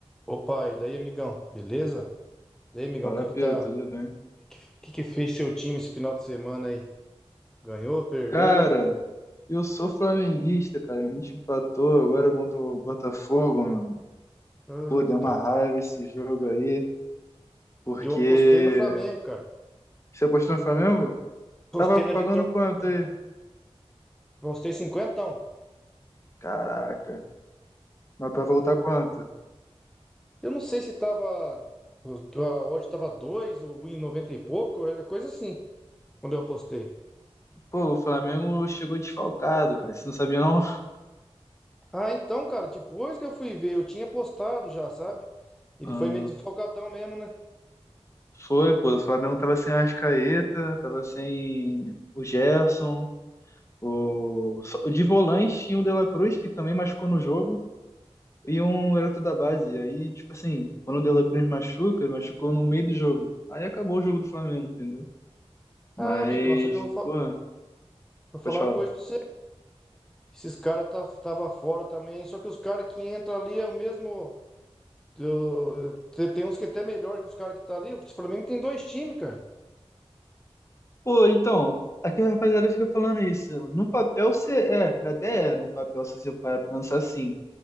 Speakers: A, in the centre; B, on the left.
A: Opa, e daí, amigão? Beleza? E aí, amigão,
B: Fala,
A: o que
B: Pedro,
A: que tá...
B: tudo bem?
A: O que, que que fez seu time esse final de semana aí? Ganhou, perdeu?
B: Cara, eu sou flamenguista, cara. A gente empatou agora contra o Botafogo, mano.
A: Puta.
B: Pô, deu uma raiva esse jogo aí, porque.
A: Eu apostei no Flamengo, cara.
B: Você apostou no Flamengo?
A: Apostei
B: Tava pagando
A: na vitória
B: quanto
A: do Flamengo.
B: aí?
A: Apostei 50.
B: Caraca. Mas pra voltar quanto?
A: Eu não sei se tava... A odd tava 2 ou em noventa e pouco, era coisa assim, quando eu apostei.
B: Pô, o Flamengo chegou desfalcado, cara. Você não sabia, não?
A: Ah, então, cara, depois que eu fui ver, eu tinha apostado já, sabe? Ele
B: Ah,
A: foi meio desfalcadão mesmo, né?
B: foi, pô. O Flamengo tava sem Arrascaeta, tava sem o Gerson. O... só- De volante tinha o De La Cruz, que também machucou no jogo. e um garoto da base. Aí, tipo assim, quando o De La Cruz machuca, ele machucou no meio do jogo. Aí acabou o jogo do Flamengo, entendeu?
A: Ah,
B: Mas,
A: amigão, só que eu vou, fa-
B: pô,
A: vou falar
B: pode falar.
A: uma coisa pra você. Esses caras tá, tava fora também. Só que os caras que entram ali é o mesmo. eu- te- Tem uns que é até melhor que os caras que tá ali. O Flamengo tem dois times, cara.
B: Pô, então, aqui a rapaziada fica falando isso. No papel você é, até é, no papel se você para pensar assim.